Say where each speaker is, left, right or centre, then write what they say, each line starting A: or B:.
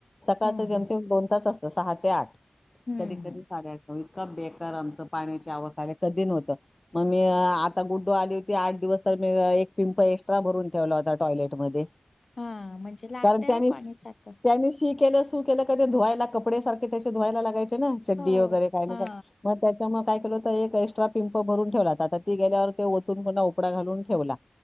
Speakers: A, on the left (about 40°); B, on the left (about 80°).
A: सकाळचं
B: हम्म
A: जेमतेम
B: हम्म
A: सहा ते आठ.
B: हम्म
A: कधी कधी साडे आठ बेकार आमचं पाण्याची अवस्था कधी नव्हतं मग मी आता गुड्डू आली होती आठ दिवस तर मी एक पिंप एक्स्ट्रा भरून ठेवला होता टॉयलेटमध्ये
B: हा म्हणजे लागतय
A: कारण त्यानी
B: हो पाणी सारखं
A: त्यानी शी केलं सू केल की धुवाय लागते कपडे सारखे त्याचे धुवायला लागायचे चड्डी
B: हो
A: वगैरे काय ना
B: हा
A: कायतर मग त्याच्यामुळे काय केलो तर एक एक्स्ट्रा पिंप भरून ठेवला आता ती गेल्यावर ते ओतून पुन्हा उपडा घालून ठेवला